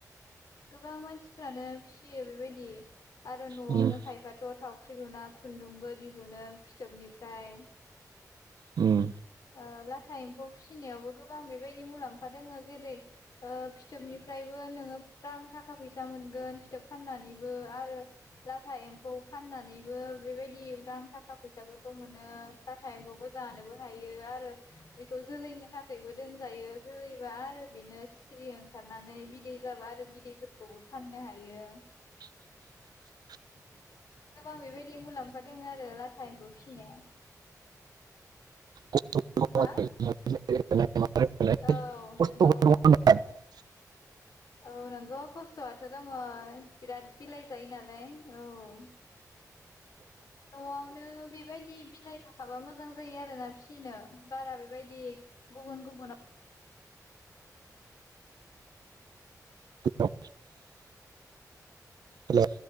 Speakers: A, on the left (about 65°); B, on the right (about 80°).
A: गोबां मानसिफ्रानो फियो बेबायदि। आरो न'आवनो
B: उम
A: खायफाथ' थाव ख्रि लुना खुन्दुंबो दिहुनो फिथोबनिफ्राय।
B: उम
A: ओ लाथा एम्फौ फिसिनायावबो गोबां बेबायदि मुलाम्फा दङो जेरै फिथोबनिफ्रायबो नोङो थाखा फैसा मोनगोन फिथोब फाननानैबो आरो लाथा एमौ फाननानै नैबो बेबायदि रां थाखा फैसाफोरखौ मोनो लाथा एम्फौबो जानोबो हायो। आरो बेखौ जोलैनो थाखायबो दोनजायो जोलैबा आरो बेनो सिखिरि ओंखारना नानै बिदै जाबा आरो बिदैफोरखौबो फाननो हायो।
B: <inaudible>
A: गोबां बेबायदि मुलाम्फा दोङो आरो लाथा एम्फौ फिसिनाया।
B: <unintelligible>
A: मा औ नंगौ औ नोंगौ खस्थआथ' दङ बिराद बिलाइ जायो नालाय औ औ नो बेबायदि बिलाइ थाखाबा मोजां जायो आरोना फिसिनो बारा बेबायदि गुबुन गुबुन <unintelligible>
B: <unintelligible> हेलौ